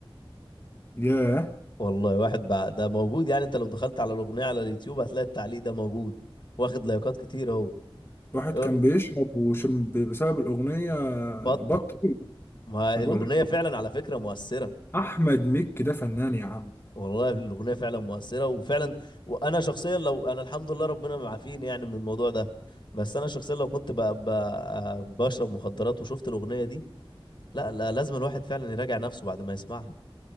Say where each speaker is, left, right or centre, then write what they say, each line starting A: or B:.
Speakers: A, on the left; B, on the left.
A: ياه
B: والله واحد بع... ده موجود يعني انت لو دخلت على الاغنيه على اليوتيوب هتلاقي التعليق ده موجود واخد لايكات كتير اهو
A: واحد
B: يقول
A: كان بيشرب وشم ب- بسبب الأغنية
B: بطل
A: بطل
B: ما الاغنيه
A: ما بقول لك
B: فعلا على فكره مؤثره
A: أحمد مكي ده فنان يا عم
B: والله الاغنيه فعلا مؤثره وفعلا وانا شخصيا لو انا الحمد لله ربنا معافيني يعني من الموضوع ده بس انا شخصيا لو كنت بقى بقى بشرب مخدرات وشفت الاغنيه دي لا لا لازم الواحد فعلا يراجع نفسه بعد ما يسمعها